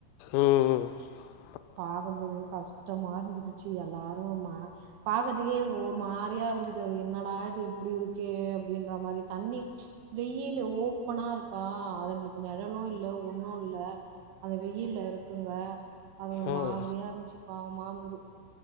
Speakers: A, on the left; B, on the right.
A: உம் உம்
B: பாகும்போதே கஷ்டமா இருந்துது ச்சு எல்லாரு மா பாகதுக்கே ஒரு மாரியா இருந்தது அது என்னடா இது இப்டி இருக்கே அப்டின்ற மாரி தண்ணி வெயிலு ஓப்பனா இருக்கா அதுங்ளுக்கு நெழலு இல்ல ஒண்ணு இல்ல அது வெயில்ல இருக்குங்க அது ஒரு
A: ம்
B: மாதிரியா இருன்ச்சு பாவ்மா இருந்துது